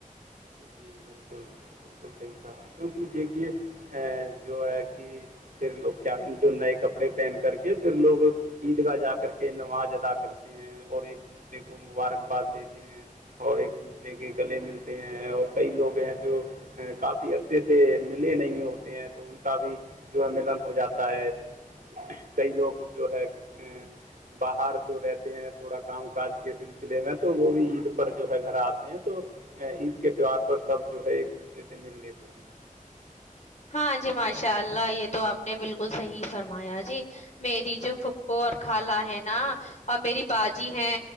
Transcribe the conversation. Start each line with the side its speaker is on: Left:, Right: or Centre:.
Right: جی بالکل بالکل صحیح سا کیوںکہ دیکھیے جو ہے کہ پھر لوگ کیا جو نئے کپڑے پہن کر کے پھر لوگ عید گاہ جا کر کے نماز ادا کرتے ہیں اور ایک دوسرے کو مبارکباد دیتے ہیں اور ایک دوسرے کے گلے ملتے ہیں اور کئی لوگ جو کافی اچھے سے ملے نہیں ہوتے ہیں تو ان کا بھی جو ہے ملن ہو جاتا ہے کئی لوگ جو ہے ا باہر جو رہتے ہیں تھوڑا کام کاج کے سلسلے میں تو وہ بھی عید پر جو ہے گھر آتے ہیں تو عید کے تہوہار پر سب جو ہے ایک دوسرے سے مل لیتے ہیں
Left: ہاں جی ماشاء اللہ یہ تو آپ نے بالکل صحیح فرمایا جی میری جو پھکو اور خالہ ہے نا اور میری باجی ہے